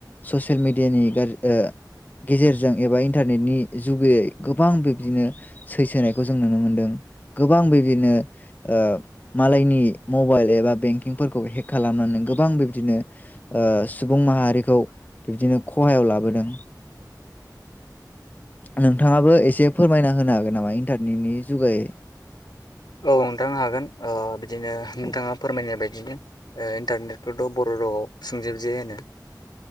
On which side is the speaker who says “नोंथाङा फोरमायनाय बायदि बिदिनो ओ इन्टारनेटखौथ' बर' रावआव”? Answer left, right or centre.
Left